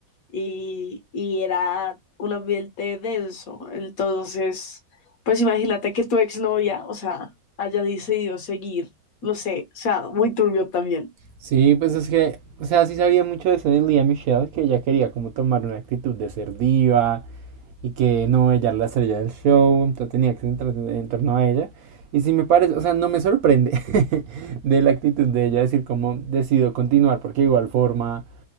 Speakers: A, on the left; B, on the right.
A: y, y era un ambiente denso. Entonces, pues imagínate que tu exnovia, o sea, haya decidido seguir, no sé, o sea, muy turbio también.
B: Sí, pues es que, o sea, sí sabía mucho de Celine Michelle, que ella quería como tomar una actitud de ser diva, y que no, ella era la estrella del show, entonces tenía que centrarse en torno a ella. Y si me parece, o sea, no me sorprende <laughs> de la actitud de ella decir cómo decidió continuar, porque de igual forma,